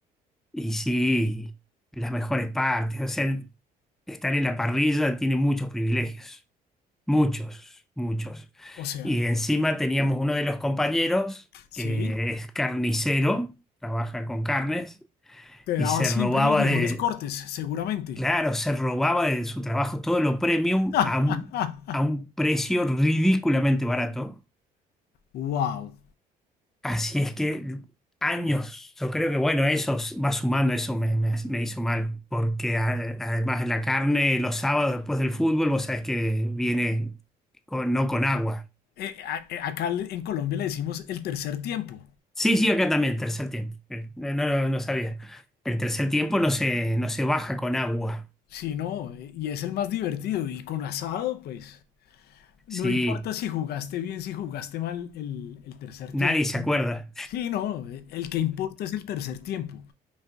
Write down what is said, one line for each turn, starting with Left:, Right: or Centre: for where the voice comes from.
Centre: Y sí, las mejores partes, o sea, estar en la parrilla tiene muchos privilegios, muchos, muchos.
Left: O sea,
Centre: Y encima teníamos uno de los compañeros
Left: sí,
Centre: que es carnicero, trabaja con carnes,
Left: te
Centre: y
Left: daba
Centre: se
Left: siempre
Centre: robaba
Left: los mejores
Centre: de,
Left: cortes, seguramente.
Centre: Claro, se robaba de su trabajo todo lo premium
Left: <laughs>
Centre: a un, a un precio ridículamente barato.
Left: Wow.
Centre: Así es que años, yo creo que bueno, eso s- va sumando, eso me, me- me hizo mal, porque a- además de la carne, los sábados después del fútbol, vos sabés que viene con- no con agua.
Left: Eh, a- eh, acá le- en Colombia le decimos el tercer tiempo.
Centre: Sí, sí, acá también, tercer tiempo. Eh, No, no, no sabía. El tercer tiempo no se, no se baja con agua.
Left: Sí, no, eh, y es el más divertido. Y con asado, pues, no
Centre: Sí,
Left: importa si jugaste bien, si jugaste mal el, el tercer
Centre: nadie
Left: tiempo.
Centre: se acuerda.
Left: Sí, no, eh, el que importa es el tercer tiempo.